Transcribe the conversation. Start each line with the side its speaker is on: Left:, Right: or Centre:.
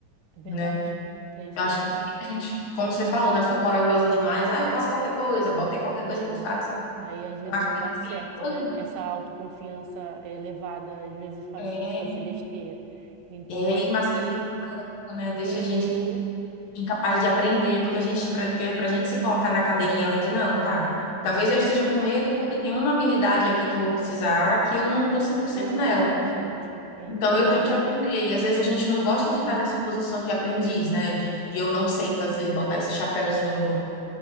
Right: É verdade.
Left: né?
Right: É isso
Left: Eu acho
Right: mesmo.
Left: que a gente, como você falou, né? For corajosa demais, ah, eu faço qualquer coisa, bota aí qualquer coisa
Right: É,
Left: que eu faço.
Right: Aí às vezes
Left: Eu acho
Right: não
Left: que
Right: dá
Left: isso é
Right: certo,
Left: perigoso.
Right: né? Essa autoconfiança é, elevada às vezes faz
Left: É,
Right: a gente fazer besteira. Então
Left: é
Right: eu acho
Left: e massageia
Right: que
Left: o corpo, né? Deixa
Right: uhum,
Left: a gente incapaz de aprender, porque a gente, pra, que- pra gente se colocar na cadeirinha ali de não, tá? Talvez eu esteja com medo porque tem uma habilidade aqui que eu vou precisar que eu não tô 100%
Right: não
Left: nela.
Right: tô 100%. Então
Left: Então eu tenho que aprender. E às vezes a gente não gosta de estar nessa posição de aprendiz, né? De, de eu não sei fazer, botar esse chapéuzinho do,